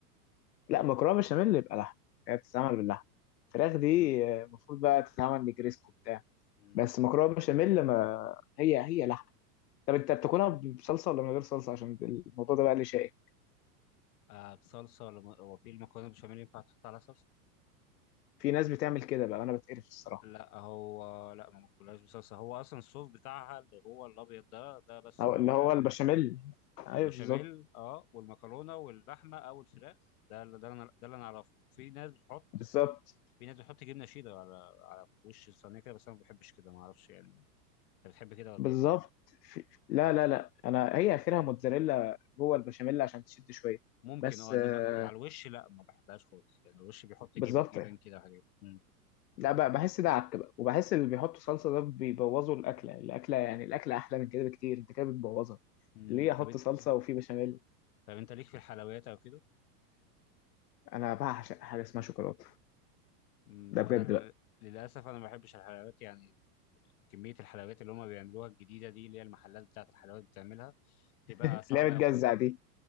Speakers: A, on the left; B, on the left.
A: لا مكرونه بشاميل يبقى لحمه هي بتتعمل باللحمه الفراخ دي
B: مم.
A: آه، المفروض بقى تتعمل نجريسكو بتاع
B: مم.
A: بس مكرونه بشاميل ما هي هي لحمه طب انت بتاكلها بصلصه ولا من غير صلصه عشان الموضوع ده بقى اللي شائك
B: آه بصلصه ولا م- هو في المكرونه بالبشاميل ينفع تحط على صلصه
A: في ناس بتعمل كده بقى انا بتقرف الصراحه
B: لا هو لا ما باكلهاش بصلصه هو اصلا الصوص بتاعها اللي هو الابيض ده ده بس
A: أو
B: هو
A: اللي
B: ال-
A: هو البشاميل ايوه
B: البشاميل
A: بالظبط
B: اه والمكرونه واللحمه او الفراخ ده اللي ده اللي انا ده اللي انا اعرفه في ناس بتحط
A: بالظبط
B: في ناس بتحط جبنه شيدر على على وش الصينيه كده بس انا ما بحبش كده ما اعرفش يعني انت بتحب كده ولا
A: بالظبط
B: ايه
A: في... لا لا لا انا هي اخرها موتزاريلا جوه البشاميل عشان تشد شويه
B: ممكن
A: بس
B: اه انما
A: آه،
B: يعني على الوش لا ما بحبهاش خالص يعني الوش بيحط
A: بالظبط
B: جب... جبن كده وحاجات مم.
A: لا بقى بحس ده عك بقى وبحس اللي بيحطوا صلصه ده بيبوظوا الاكله الاكله يعني الاكله احلى من كده بكتير انت كده بتبوظها
B: مم.
A: ليه احط
B: طب انت
A: صلصه
B: مم.
A: وفي بشاميل
B: طب انت ليك في الحلويات او كده
A: انا بعشق حاجه اسمها شوكولاته
B: مم.
A: ده
B: وانا
A: بجد
B: ل-
A: بقى
B: للاسف انا ما بحبش الحلويات يعني كميه الحلويات اللي هم بيعملوها الجديده دي اللي هي المحلات بتاعه الحلويات بتعملها تبقى
A: اللي
B: صعبه
A: هي بتجزع
B: قوي
A: دي